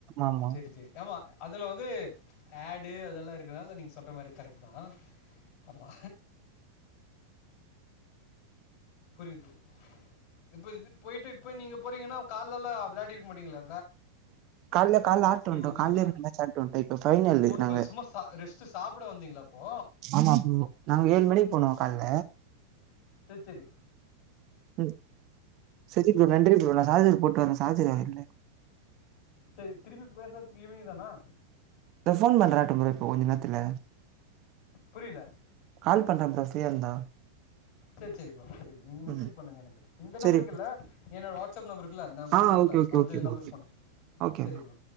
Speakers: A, on the right (about 40°); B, on the left (about 45°).
A: ஆமாமா
B: செரி செரி ஆமா அதுல வந்து ஆடு அதெல்லா இருக் னால நீங்க சொல்ற மாறி கரெக்ட்தா ஆமா புரியுது புரியு இப்ப இது போயிட்டு இப்ப நீங்க போறீங்கனா காலல்லா விளயாடியிருக்க மாட்டீங்களே
A: கால்ல கால்ல ஆட்டு வன்டோ
B: வந்துருவீங்களா
A: கால்லயே ரெண்டு மேட்ச் ஆட்டுவன்டோ இப்ப பைனல்லு
B: ஓ இப்போ
A: நாங்க
B: சும்மா சா ரெஸ்ட்டு சாப்பிட வந்தீங்களா அப்போ
A: ஆமா ப்ரோ நாங்க ஏழு மணிக்கு போனோ கால்ல
B: செர் செரி
A: உம் சரி ப்ரோ நன்றி ப்ரோ நா <unintelligible> போட்டு வரே சார்ஜரு வேற இல்ல
B: சரி திருப்பி பேசறதுக்கு ஈவினிங் தானா
A: தா போன் பண்ராட்ட ப்ரோ இப்போ கொஞ்ச நேரத்துல
B: புரில
A: கால் பண்ணறே ப்ரோ ஃப்ரீயா இருந்தா
B: செரி செரிப்பா சரி நீங்க மெசஜ்
A: ம்
B: பண்ணுங்க எனக்கு இந்த நம்பருக்கு
A: சரி ப்ரோ
B: இல்ல என்னோட வாட்ஸ்அப் நம்பருக்குல்ல நான் பண்ணல
A: ஆ ஓகே ஓகே
B: அந்த
A: ஓகே ப்ரோ
B: நம்பருக்கு
A: ஓகே
B: பண்ணு
A: ஓகே
B: சரி ப்ரோ